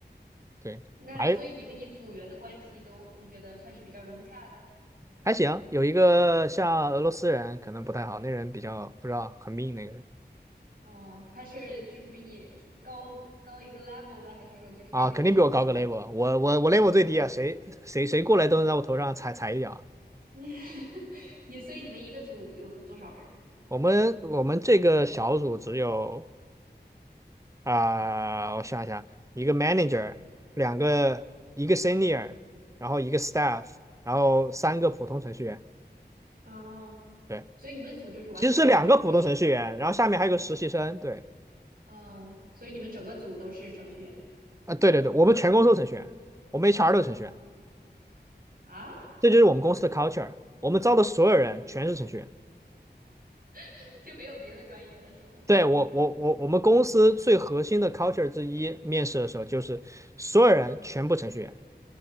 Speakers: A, on the right; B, on the right.
A: 对。
B: 那所以你跟你组员的关系都你觉得算是比较融洽的？
A: 还还行，有一个像俄罗斯人可能不太好，那人比较不知道很命那个人
B: 哦，他是就是比你是高高一个 level 的，还是说就是跟你平级？
A: 啊，肯定比我高个 level，我我我
B: 嗯，
A: level 最低啊，谁谁谁过来都能在我头上踩踩一脚。
B: <laughs> 你所以你们一个组有多少人？
A: 我们我们这个小组只有啊、我想一想，一个 manager，两个一个 senior，然后一个 staff，然后三个普通程序员，
B: 哦，
A: 对，
B: 所以你们组就是完全都是程序员。
A: 其实是两个普通程序员，然后下面还有个实习生，对，
B: 哦，所以你们整个组都是程序员。
A: 啊、对对对，我们全公司都程序员，我们 HR 都程序员，
B: 啊，
A: 这就是我们公司的 culture。我们招的所有人全是程序员。
B: <laughs> 就没有别的专业了是吗？
A: 对，我，我，我，我们公司最核心的 culture 之一，面试的时候就是所有人全部程序员，